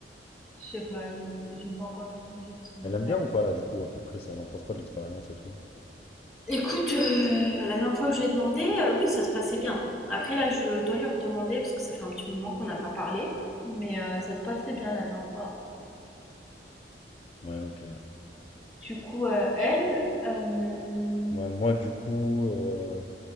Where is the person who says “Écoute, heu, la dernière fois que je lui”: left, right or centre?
Centre